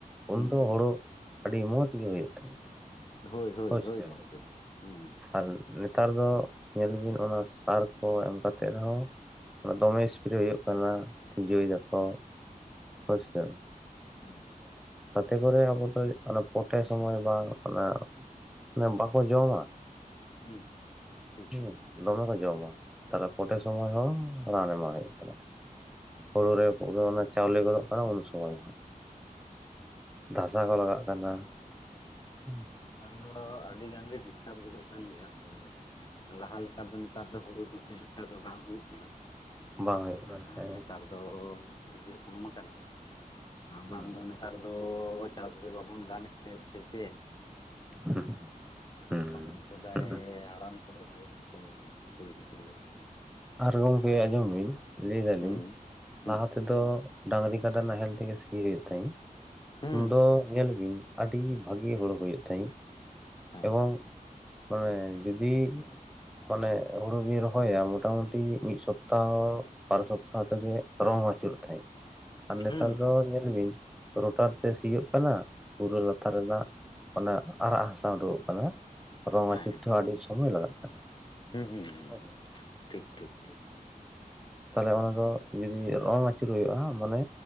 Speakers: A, in the centre; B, on the left.
A: ᱩᱱᱫᱚ
B: ᱦᱩᱸ
A: ᱦᱳᱲᱳ
B: ᱦᱩᱸ
A: ᱟᱹᱰᱤ ᱢᱚᱸᱡᱽ ᱜᱮ ᱦᱩᱭᱩᱜ ᱛᱟᱦᱮᱸᱫ᱾
B: ᱦᱳᱭ ᱦᱳᱭ
A: ᱵᱩᱡᱽ
B: ᱦᱳᱭ
A: ᱠᱮᱫᱟ
B: ᱜᱚᱝᱠᱮ
A: ᱵᱤᱱ
B: ᱦᱩᱸ᱾
A: ᱟᱨ ᱱᱮᱛᱟᱨ ᱫᱚ ᱧᱮᱞ ᱵᱤᱱ ᱚᱱᱟ ᱥᱟᱨ ᱠᱚ ᱮᱢ ᱠᱟᱛᱮᱜ ᱨᱮᱦᱚᱸ ᱫᱚᱢᱮ ᱮᱥᱯᱨᱮ ᱦᱩᱭᱩᱜ ᱠᱟᱱᱟ ᱛᱤᱡᱩᱭ ᱫᱟᱠᱚ ᱦᱳᱭᱥᱮ?
B: ᱦᱩᱸ
A: <unintelligible> ᱠᱚᱨᱮ ᱟᱵᱚ ᱫᱚ ᱚᱱᱟ ᱯᱚᱴᱮ ᱥᱚᱢᱚᱭ ᱵᱟᱝ ᱚᱱᱟ ᱵᱟᱠᱚ ᱡᱚᱢᱟ?
B: ᱦᱩᱸ ᱴᱷᱤᱠ᱾
A: ᱦᱩᱸ ᱫᱚᱢᱮ ᱠᱚ ᱡᱚᱢᱟ ᱛᱟᱦᱞᱮ ᱯᱚᱴᱮ
B: ᱦᱩᱸ
A: ᱥᱚᱢᱚᱭ ᱦᱚᱸ ᱨᱟᱱ ᱮᱢᱟᱜ ᱦᱩᱭᱩᱜ ᱠᱟᱱᱟ᱾ ᱦᱩᱲᱩ ᱨᱮ ᱯᱩᱨᱟᱹ ᱚᱱᱟ ᱪᱟᱣᱞᱮ ᱜᱚᱫᱚᱜ ᱠᱟᱱᱟ ᱩᱱ ᱥᱚᱢᱚᱭ ᱦᱚᱸ᱾
B: <inaudible>
A: ᱫᱷᱟᱥᱟ ᱠᱚ ᱞᱟᱜᱟᱜ ᱠᱟᱱᱟ ᱦᱩᱸ᱾
B: ᱱᱮᱛᱟᱨ ᱫᱚ ᱟᱹᱰᱤ ᱜᱟᱱᱜᱮ ᱰᱤᱥᱴᱟᱵ ᱜᱚᱫᱚᱜ ᱠᱟᱱ ᱜᱮᱭᱟ ᱥᱮ ᱞᱟᱦᱟ ᱞᱮᱠᱟ ᱫᱚ ᱱᱮᱛᱟᱨ ᱫᱚ ᱦᱩᱲᱩ ᱫᱚ ᱠᱷᱩᱵ ᱮᱠᱴᱟ ᱫᱚ ᱵᱟᱝ ᱦᱩᱭᱩᱜ ᱠᱟᱱᱟ
A: ᱵᱟᱝ ᱦᱩᱭᱩᱜ ᱠᱟᱱᱟ
B: ᱟᱨ
A: ᱦᱮᱸ
B: ᱱᱮᱛᱟᱨ ᱫᱚ ᱤᱭᱟᱹ ᱜᱮ ᱠᱚᱢ ᱠᱟᱱᱟ
A: ᱦᱩᱸ
B: ᱵᱟᱝ ᱫᱚ ᱚᱱᱮ ᱱᱮᱛᱟᱨ ᱫᱚ ᱪᱟᱥ ᱜᱮ ᱵᱟᱵᱚᱱ ᱜᱟᱱᱮᱫ ᱛᱟᱦᱮᱸᱫ ᱥᱮ ᱪᱮᱫ?
A: <inaudible> ᱦᱩᱸ
B: ᱵᱟᱝᱠᱷᱟᱱ ᱥᱮᱫᱟᱭ ᱦᱟᱲᱟᱢ ᱠᱚᱫᱚ ᱵᱷᱟᱜᱤ ᱜᱮᱠᱚ ᱦᱩᱭ ᱦᱚᱪᱚ ᱞᱮᱫ ᱛᱟᱦᱮᱸᱫ᱾
A: ᱟᱨ ᱜᱚᱝᱠᱮ ᱟᱸᱡᱚᱢ ᱵᱤᱱ ᱞᱟᱹᱭ ᱫᱟᱞᱤᱧ
B: ᱦᱩᱸ ᱦᱩᱸ
A: ᱞᱟᱦᱟ ᱛᱮᱫᱚ ᱰᱟᱹᱝᱨᱤ ᱠᱟᱰᱟ ᱱᱟᱦᱮᱞ ᱛᱮᱜᱮ ᱥᱤ ᱦᱩᱭᱩᱜ ᱛᱟᱷᱮᱫ,
B: ᱦᱩᱸ
A: ᱩᱱ ᱫᱚ ᱧᱮᱞ ᱵᱤᱱ ᱟᱹᱰᱤ ᱵᱷᱟᱹᱜᱤ ᱦᱩᱲᱩ ᱦᱩᱭᱩᱜ ᱛᱟᱦᱮᱸᱫ᱾
B: ᱦᱮᱸ
A: ᱮᱵᱚᱝ ᱢᱟᱱᱮ ᱡᱩᱫᱤ ᱢᱟᱱᱮ ᱦᱩᱲᱩ ᱵᱤᱱ ᱨᱚᱦᱚᱭᱟ ᱢᱚᱴᱟ ᱢᱩᱴᱤ ᱢᱤᱫ ᱥᱚᱯᱛᱟᱦᱚ ᱵᱟᱨ ᱥᱚᱯᱛᱟᱦᱚ ᱛᱮᱜᱮ ᱨᱚᱝ ᱟᱹᱪᱩᱨᱚᱜ ᱛᱟᱦᱮᱸᱜ᱾ ᱟᱨ ᱱᱮᱛᱟᱨ
B: ᱦᱩᱸ ᱦᱩᱸ
A: ᱫᱚ ᱧᱮᱞ ᱵᱤᱱ ᱨᱳᱚᱴᱟᱨ ᱛᱮ ᱥᱤᱭᱳᱜ ᱠᱟᱱᱟ ᱯᱩᱨᱟᱹ ᱞᱟᱛᱟᱨ ᱨᱮᱱᱟᱜ ᱚᱱᱟ ᱟᱨᱟᱜ ᱦᱟᱥᱟ ᱩᱰᱩᱠᱚᱜ ᱠᱟᱱᱟ ᱨᱚᱝ
B: ᱦᱮᱸ
A: ᱟᱪᱩᱨ ᱛᱮᱦᱚᱸ ᱟᱹᱰᱤ ᱥᱚᱢᱚᱭ ᱞᱟᱜᱟᱜ ᱠᱟᱱᱟ᱾
B: ᱦᱩᱸ ᱦᱩᱸ ᱾
A: <inaudible>
B: ᱴᱷᱤᱠ ᱴᱷᱤᱠ ᱴᱷᱤᱠ᱾
A: ᱛᱟᱦᱚᱞᱮ ᱚᱱᱟ ᱫᱚ ᱡᱩᱫᱤ ᱨᱚᱝ ᱟᱹᱪᱩᱨ ᱦᱩᱭᱩᱜᱼᱟ ᱢᱟᱱᱮ